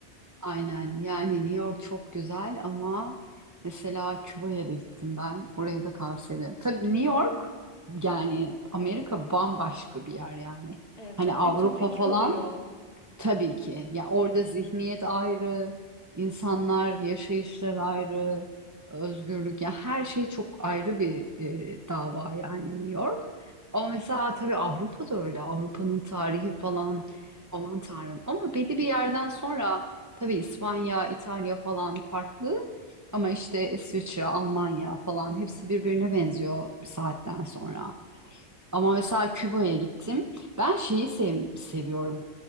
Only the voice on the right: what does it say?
Aynen yani New York çok güzel ama mesela Küba'ya da gittim ben. Orayı da tavsiye ederim. Tabii New York yani Amerika bambaşka bir yer yani.
Hani Avrupa
falan
Tabii ki. Ya orada zihniyet ayrı, insanlar, yaşayışlar ayrı, özgürlük ya her şey çok ayrı bir e, dava yani New York. Ama mesela tabii Avrupa da öyle. Avrupa'nın tarihi falan aman tanrım. Ama belli bir yerden sonra tabii İspanya, İtalya falan farklı. Ama işte İsviçre, Almanya falan hepsi birbirine benziyor bir saatten sonra. Ama mesela Küba'ya gittim. Ben şeyi sev- seviyorum.